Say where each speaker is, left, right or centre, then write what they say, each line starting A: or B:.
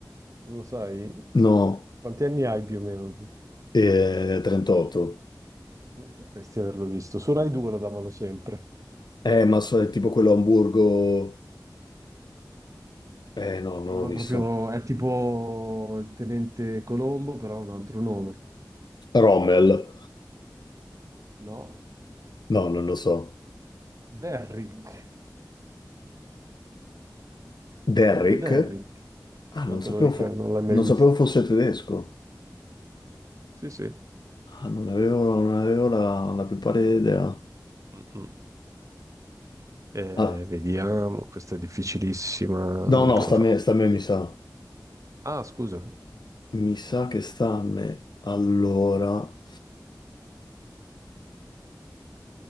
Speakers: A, on the right (about 45°); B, on the left (about 75°).
A: non lo sai,
B: No,
A: quanti anni hai più o meno? tu?
B: eh, 38.
A: Dovresti averlo visto. Su Rai 2 lo davano sempre.
B: Eh, ma so, è tipo quello a Hamburgo... Eh, no, non
A: No,
B: l'ho visto.
A: è proprio, è tipo il tenente Colombo, però ha un altro nome.
B: Rommel?
A: No?
B: No, non lo so.
A: Derrick.
B: Derrick?
A: Tenente Derrick.
B: Ah, non
A: Non
B: sapevo,
A: te lo ricordo,
B: fo-
A: non l'hai mai
B: non
A: visto.
B: sapevo fosse tedesco.
A: Sì, sì.
B: Ah, non avevo, non avevo la, la più pallida idea.
A: Mm-mm. Eh,
B: Ah,
A: vediamo, questa è difficilissima,
B: no,
A: non
B: no,
A: te
B: sta
A: la faccio.
B: a me, sta a me, mi sa.
A: Ah, scusa.
B: Mi sa che sta a me. Allora...